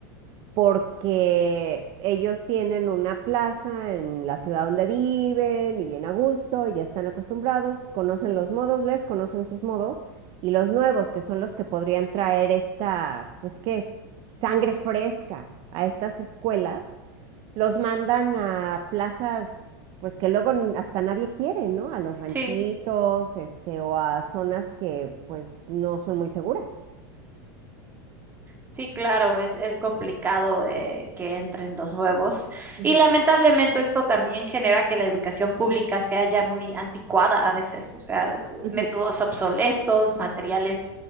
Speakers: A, on the right; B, on the right.
A: porque ellos tienen una plaza en la ciudad donde viven y bien a gusto, y ya están acostumbrados, conocen los modos, les conocen sus modos, y los nuevos, que son los que podrían traer esta, pues qué, sangre fresca a estas escuelas, los mandan a plazas, pues que luego n- hasta nadie quiere, ¿no? A los ranchitos,
B: sí.
A: este, o a zonas que pues no son muy seguras.
B: Sí, claro, es, es complicado eh, que entren los nuevos.
A: Ujú,
B: Y lamentablemente esto también genera que la educación pública sea ya muy anticuada a veces, o sea,
A: ujú,
B: métodos obsoletos, materiales